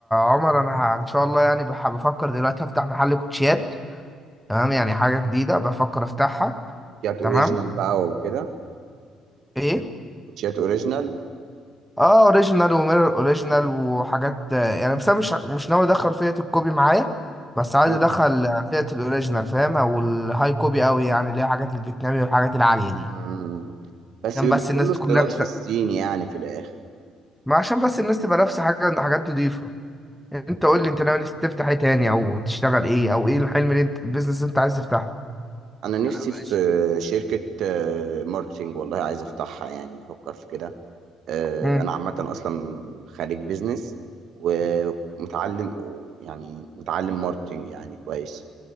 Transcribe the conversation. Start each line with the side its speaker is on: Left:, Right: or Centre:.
Centre: عمر انا ه- ان شاء الله يعني بح- بفكر دلوقتي افتح محل كوتشيات تمام يعني حاجة جديدة بفكر افتحها
Right: شيات
Centre: تمام
Right: اوريجينال بقى وكده
Centre: ايه
Right: كوتشيات اوريجينال
Centre: اه اوريجينال وميرور اوريجينال وحاجات آه، يعني بس انا مش مش ناوي ادخل فئة الكوبي معايا بس عايز
Right: مم.
Centre: ادخل آه، فئة الاوريجينال فاهم او الهاي كوبي قوي يعني اللي هي حاجات الفيتنامي والحاجات العالية دي
Right: مم. بس
Centre: عشان
Right: بيبقى
Centre: بس الناس
Right: كله استيراد
Centre: تكون لابسة
Right: في الصين يعني في الاخر
Centre: ما عشان بس الناس تبقى لابسة حاجة حاجات نضيفة انت
Right: مم.
Centre: قول لي انت ناوي تفتح ايه تاني او تشتغل ايه او ايه الحلم اللي انت البيزنس اللي انت عايز تفتحه
Right: انا نفسي
Centre: انا
Right: في
Centre: ماشي.
Right: شركة آه، ماركتينج والله عايز افتحها يعني بفكر في كده آه،
Centre: مم.
Right: انا عامه اصلا خريج بيزنس ومتعلم يعني متعلم ماركتنج يعني كويس